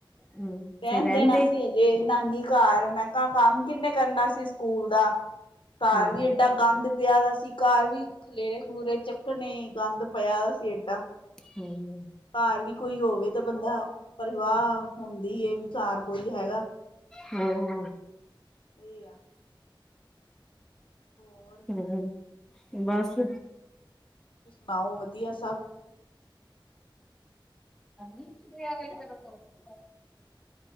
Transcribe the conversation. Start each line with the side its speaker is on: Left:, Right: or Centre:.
Centre: ਹੂੰ
Left: ਰੈਣ
Centre: ਫਿਰ ਰਹਿੰਦੇ
Left: ਦੇਣਾ ਸੀ। ਜੇ ਨਾਨੀ ਘਰਿ, ਮੈ ਕਾ, ਕੰਮ ਕਿੰਨੇ ਕਰਨਾ ਸੀਸਕੂਲ ਦਾ? ਘਰ
Centre: ਹੂੰ
Left: ਵੀ ਏਡਾ ਗੰਦ ਪਿਆ ਦਾ ਸੀ। ਘਰ ਵੀ ਖਲੇਰੇ-ਖਲੂਰੇ ਚੱਕਨੇ, ਗੰਦ ਪਿਆ ਸੀ ਏਡਾ,
Centre: ਹੂੰ
Left: ਘਰ ਵੀ ਕੋਈ ਹੋਵੇ ਤਾ ਬੰਦਾ ਪ੍ਰਵਾਹ ਹੁੰਦੀ ਹੈ, ਵੀ ਘਰ ਕੋਈ ਹੈਗਾ।
Centre: ਹਾਂ
Left: ਇਹਹੀ ਆ <unintelligible> ਹੋਰ
Centre: ਹਮ, ਬੱਸ।
Left: ਪਾਉ ਵਧੀਆ ਸਭ।
Centre: ਅ ਚਿਆਵੇ ਤੋ <unintelligible>